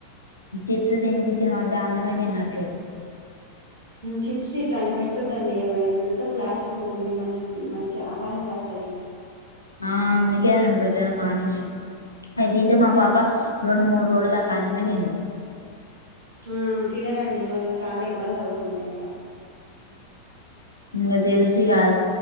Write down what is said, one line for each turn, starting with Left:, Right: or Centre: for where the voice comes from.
Left: చిప్స్ తినిపించిన వాంటే అన్నమే తినట్లేదు
Right: చిప్స్ ఇట్లా అంటివి పెట్టొద్దండి అవి ఎంత ప్లాస్టిక్ ఉంటుంది మంచి మంచి ఆహారం కాదు అది
Left: ఆ అందుకే పెట్టను మానేేసిన అయి తింటే మా పాప రెండు మూడు రోజులదాకా అన్నమే తినదు
Right: ఆ తినరండి వాళ్ళకి చాలా ఇబ్బంది అవుతుంది అట్లా
Left: ఇంకా తెలిసి కాదు